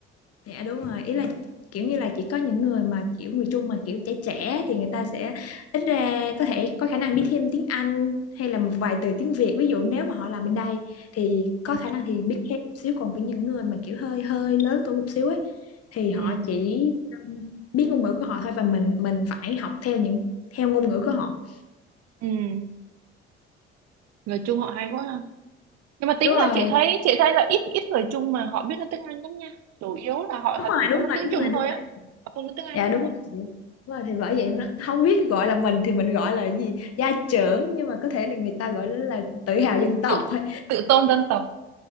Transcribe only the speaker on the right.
Ừ,
ừ,
ừ. Người Trung họ hay quá ha. Nhưng mà tính
ra chị thấy chị thấy là ít ít người Trung mà họ biết nói tiếng Anh lắm nha. Chủ yếu là họ
họ
chỉ
có nói
tiếng
Trung
thôi
á. Họ không nói tiếng Anh
luôn
á.
Tự
tự tôn dân tộc.